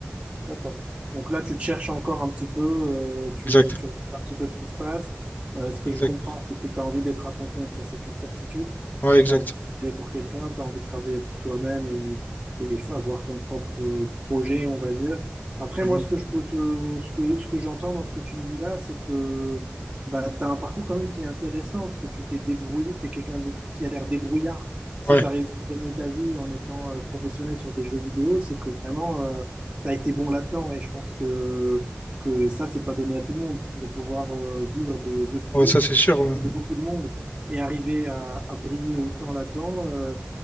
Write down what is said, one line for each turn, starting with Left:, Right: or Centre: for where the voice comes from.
Right: D'accord. Donc là, tu te cherches encore un petit peu, euh, tu,
Left: Exact.
Right: tu regardes un petit peu ce qui se passe. Euh, ce que
Left: Exact.
Right: je comprends, c'est que tu as envie d'être à ton compte, ça c'est une certitude.
Left: Ouais,
Right: Tu
Left: exact.
Right: pas envie de travailler pour quelqu'un, tu as envie de travailler pour toi-même et, et avoir ton propre euh, projet, on va dire. Après,
Left: Mhm.
Right: moi, ce que je peux te, ce que, ce que j'entends dans ce que tu me dis là, c'est que bah, tu as un parcours quand même qui est intéressant parce que tu t'es débrouillé, tu es quelqu'un de- qui a l'air débrouillard. Si
Left: Ouais.
Right: tu as réussi à gagner ta vie en étant euh, professionnel sur des jeux vidéo, c'est que vraiment. euh, t'as été bon là-dedans et je pense que, que ça, c'est pas donné à tout le monde de pouvoir euh, vivre de jeux vidéo.
Left: Ouais, ça,
Right: Je pense
Left: c'est sûr. ouais.
Right: que de beaucoup de monde et arriver à, à briller autant là-dedans. euh,